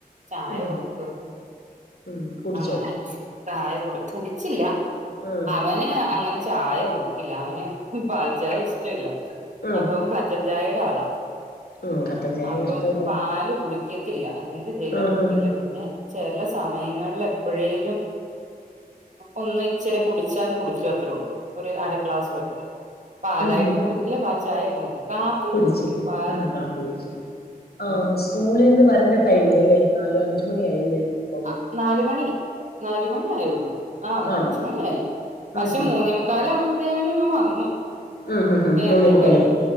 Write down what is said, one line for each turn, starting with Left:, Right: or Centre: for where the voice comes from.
Right: ചായ
Left: ഉം
Right: കൊടുത്തു
Left: ഉം കുടിച്ചോ
Right: അങ്ങനെ- ചായ കൊട് കുടിച്ചില്ല
Left: ഉം
Right: അവന് അങ്ങനെ- ചായ കുടിക്കില്ല അവന് പാൽചായ ഇഷ്ടമില്ല
Left: ഉം
Right: അപ്പം കട്ടൻ ചായ - ഒരാളാ
Left: ഉം കട്ടൻ ചായ
Right: അപ്പം
Left: ഇഷ്ടല്ലേ
Right: പാല് കുടിക്കത്തില്ല എന്ത് ചെയ്താ
Left: ആഹ്
Right: കുടിക്കില്ല
Left: ആഹ്
Right: പിന്നെ- ചെല സമയങ്ങളിൽ എപ്പോഴേലും- ഒന്ന് ഇച്ചിരെ കുടിച്ചാല് കുടിച്ചു അത്രേ ഉള്ളൂ ഒരു അര ക്ലാസ് വല്ല- പാലായിട്ടും
Left: ഉം ഉം
Right: കുടിക്കില്ല പാൽ ചായ ആയിട്ടും കുടിക്കല്ല കാപ്പും
Left: കുടിച്ചില്ല
Right: കുടിക്കും പാല്-
Left: ആഹ് കാപ്പി ആഹ്
Right: ഉം
Left: സ്കൂളിൽ നിന്ന് വരേണ്ട ടൈം ആയില്ലേ നാലും അഞ്ച മണിയ ആയില്ലേ അപ്പം
Right: ആ നാല മണി നാലുമണി ആയുള്ളൂ ആ
Left: ആണോ
Right: അഞ്ച് മണിയിയായി പക്ഷെ
Left: ഉം ഉം
Right: മൂന്നേ മുക്കാല ആവുത്തേന് വന്നു
Left: ഉം ഹം ഉം
Right: നേരത്തെ
Left: മൂന്നേ മുക്കല്ലെ
Right: വരും
Left: പോ